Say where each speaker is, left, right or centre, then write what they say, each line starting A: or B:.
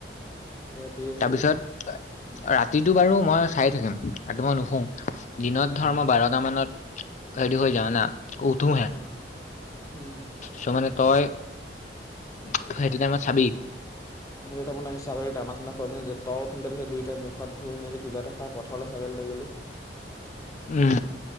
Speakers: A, on the left (about 20°); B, on the left (about 45°).
A: এয়া এিছ
B: তাৰপিছত
A: কে
B: ৰাতিটো বাৰু মই চাই থাকিম, ৰাতি মই নুহো, দিনত ধৰ
A: অ',
B: মই বাৰটা মানত। হেৰি হৈ যাওঁ না, উঠো হে
A: অ', উম।
B: ত মানে তই, ত সেইটো টাইমত চাবি।
A: সেইটো তাইমত ছাগলী দানা চানা খোবাইপিনে যে <inaudible> মুখ হাত ধুই কিবা এটা। খাই পথাৰলৈ ছাগে লৈ গলো।
B: উম